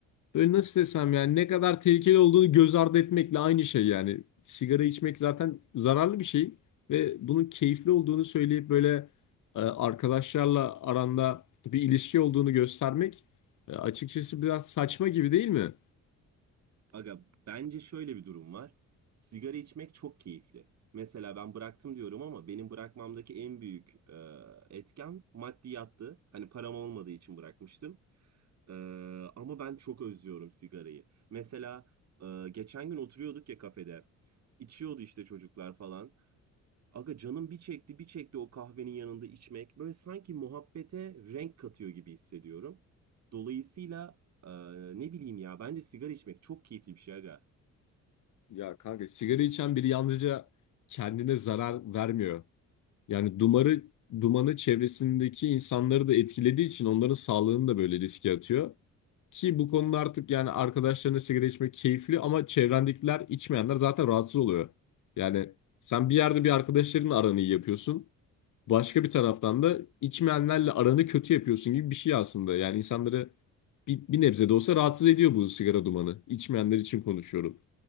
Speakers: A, on the left; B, on the right.
A: Böyle nasıl desem yani ne kadar tehlikeli olduğunu göz ardı etmekle aynı şey yani. Sigara içmek zaten zararlı bir şey ve bunun keyifli olduğunu söyleyip böyle e, arkadaşlarla aranda bir ilişki olduğunu göstermek e, açıkçası biraz saçma gibi değil mi?
B: Aga bence şöyle bir durum var. Sigara içmek çok keyifli. Mesela ben bıraktım diyorum ama benim bırakmamdaki en büyük e, etken maddiyattı. Hani param olmadığı için bırakmıştım. E, ama ben çok özlüyorum sigarayı. Mesela e, geçen gün oturuyorduk ya kafede. İçiyordu işte çocuklar falan. Aga canım bir çekti bir çekti o kahvenin yanında içmek. Böyle sanki muhabbete renk katıyor gibi hissediyorum. Dolayısıyla e, ne bileyim ya bence sigara içmek çok keyifli bir şey aga.
A: Ya kanka sigara içen biri yalnızca kendine zarar vermiyor. Yani dumarı dumanı çevresindeki insanları da etkilediği için onların sağlığını da böyle riske atıyor. Ki bu konuda artık yani arkadaşlarına sigara içmek keyifli ama çevrendekiler içmeyenler zaten rahatsız oluyor. Yani sen bir yerde bir arkadaşlarınla aranı iyi yapıyorsun. Başka bir taraftan da içmeyenlerle aranı kötü yapıyorsun gibi bir şey aslında. Yani insanları bir, bir nebze de olsa rahatsız ediyor bu sigara dumanı. İçmeyenler için konuşuyorum.